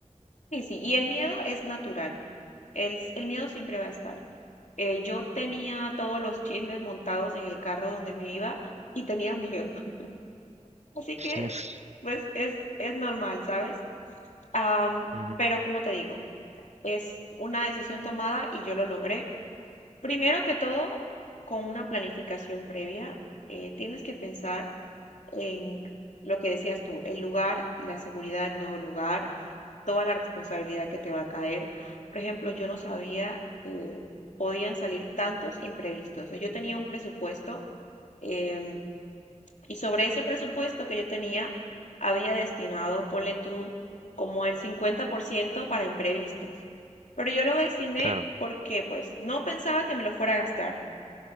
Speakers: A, on the left; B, on the right.
A: Sí, sí, y el miedo es natural, el, s- el miedo siempre va a estar. Eh, yo tenía todos los chismes montados en el carro donde me iba y tenía miedo, <laughs> así que
B: Sí.
A: pues es, es normal, ¿sabes? Am,
B: Ujú,
A: pero como te digo, es una decisión tomada y yo lo logré. Primero que todo, con una planificación previa, eh, tienes que pensar en lo que decías tú, el lugar, la seguridad del nuevo lugar, toda la responsabilidad que te va a caer. Por ejemplo, yo no sabía que podían salir tantos imprevistos. Yo tenía un presupuesto em, y sobre ese presupuesto que yo tenía, había destinado, ponle tú, como el 50% para imprevistos. Pero yo lo destiné
B: Claro.
A: porque pues no pensaba que me lo fuera a gastar